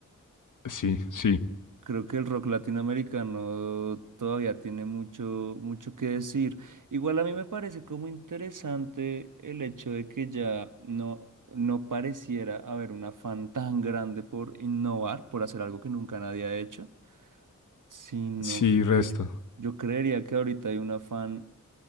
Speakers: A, on the left; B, on the right.
A: Sí, sí,
B: Creo que el rock latinoamericano todavía tiene mucho, mucho que decir. Igual a mí me parece como interesante el hecho de que ya no, no pareciera haber un afán tan grande por innovar, por hacer algo que nunca nadie ha hecho, sino
A: sí, resto.
B: que yo, yo creería que ahorita hay un afán,